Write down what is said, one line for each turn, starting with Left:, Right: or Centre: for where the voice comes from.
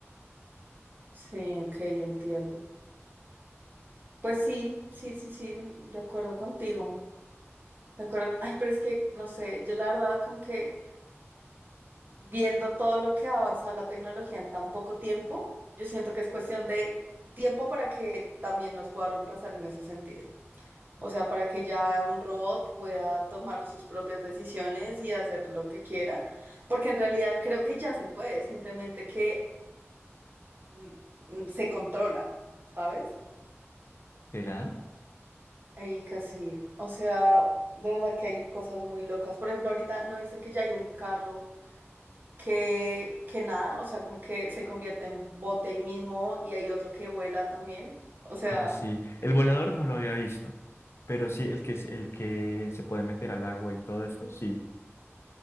Right: Sí, ok, entiendo. Pues sí, sí, sí, sí, de acuerdo contigo. De acuerdo. Ay, pero es que, no sé, yo la verdad como que viendo todo lo que ha avanzado la tecnología en tan poco tiempo, yo siento que es cuestión de tiempo para que también nos pueda reemplazar en ese sentido. O sea, para que ya un robot pueda tomar sus propias decisiones y hacer lo que quiera, porque en realidad creo que ya se puede, simplemente que mm, mm, se controla, ¿sabes?
Left: ¿Será?
Right: Y casi, o sea, de verdad que hay cosas muy locas. Por ejemplo, ahorita no dice que ya hay un carro que, que nada, o sea, como que se convierte en bote ahí mismo y hay otro que vuela también. O sea,
Left: Ah, sí. El volador no lo había visto, pero sí, el que, es- el que se puede meter al agua y todo esto, sí.